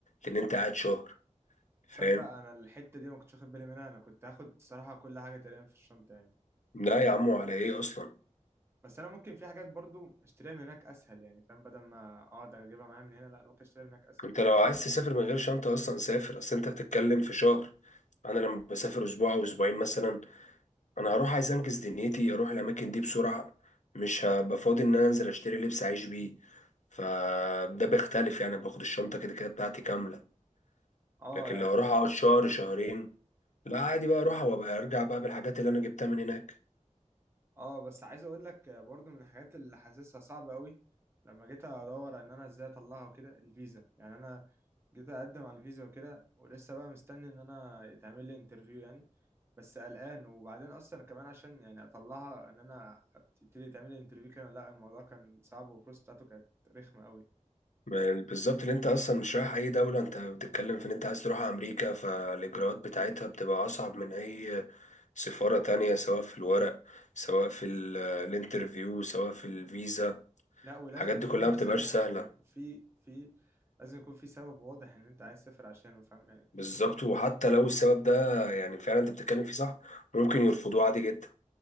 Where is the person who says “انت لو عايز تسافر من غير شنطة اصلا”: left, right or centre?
Left